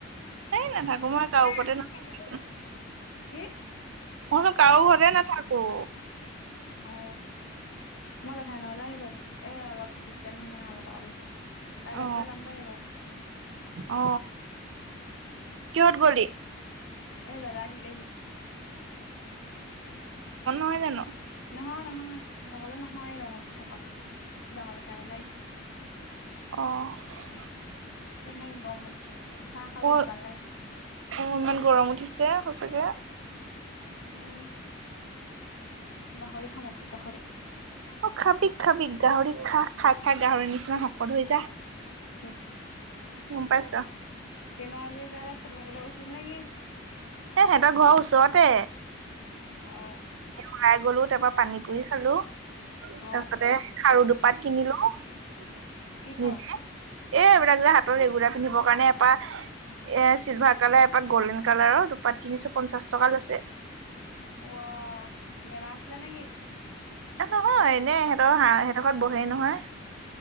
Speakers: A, on the right; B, on the left.
A: এই নাথাকো মই কাৰো
B: <unintelligible>
A: ঘৰতে নাথাকো।
B: কি।
A: মই চুন কাৰো ঘৰতে নাথাকোঁ।
B: অ মই জেঠাই হেটৰ আহিলো আজি এ অলপ বেছি টাইম হোৱা নাই, অলপ আগত আহিছো। কাইলে ৰাতিপুৱা
A: অ
B: যামগেই বাও,
A: অ কিহত গলি
B: এই দাদাই নিলেহি।
A: হয় জানো।
B: নহয় নহয় নহলে নহয় ৰঙতি থকা ডাঙৰ জেঠাই ঘৰলে আহিছো।
A: অহ,
B: ম গম উঠিছে চাহ খালো
A: অ
B: দোকানলে আহিছোঁ।
A: অ ইমান গৰম উঠিছে সঁচাকে।
B: উম গাহৰি খাম আজি গাহৰি।
A: অ খাবি খাবি গাহৰি খা খাই খাই গাহৰি নিচিনা শকত হৈ যা।
B: হুহ
A: গম পাইছ।
B: তেনৰ আলীৰ যে ফটো মাৰিবলৈ গৈছিলি নেকি?
A: এ সিহঁতৰ ঘৰৰ ওচৰতে।
B: অ,
A: ওলাই গ'লো তাৰ পা পানী পুৰি খালো।
B: অ
A: তাৰপিছতে খাৰু দুপাত কিনিলো নিজে,
B: কি খাও
A: এ এইবিলাক যে হাতৰ ৰেগুলাৰ পিন্ধিব কাৰণে এপা এ চিল্ভাৰ কালাৰ এপাত গ'ল্ডেন কালাৰৰ দুপাত কিনিছো পঞ্চাশ টকা লৈছে।
B: উৱাও মেলা আছিলে নেকি?
A: এ নহয় এনে সিহঁতৰ হা সেইডোখৰত বহেই নহয়।